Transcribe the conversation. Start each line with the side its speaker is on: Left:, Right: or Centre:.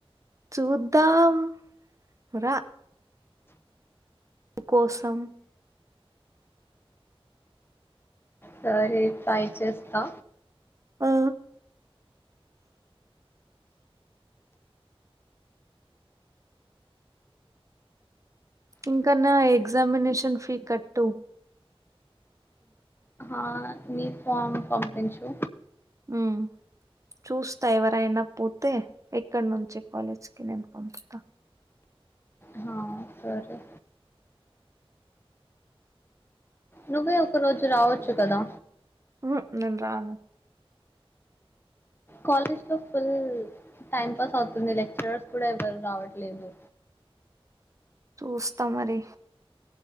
Right: చూద్దాం రా కోసం
Left: సరే ట్రై చేస్తా
Right: ఆ ఇంక నా ఎగ్జామినేషన్ ఫీ కట్టు
Left: ఆ నీ ఫామ్ పంపించు
Right: ఉమ్ చూస్తా ఎవరైనా పొతే ఇక్కడ నుంచి కాలేజ్కి నేను పంపుత
Left: ఆ సరే నువ్వే ఒక రోజు రావచ్చు కదా
Right: ఉహు నెన్ రాను
Left: కాలేజ్ లో ఫుల్ల్ టైం పాస్ అవుతుంది లెక్చరర్స్ కూడ ఎవరు రావట్లేదు
Right: చూస్తా మరి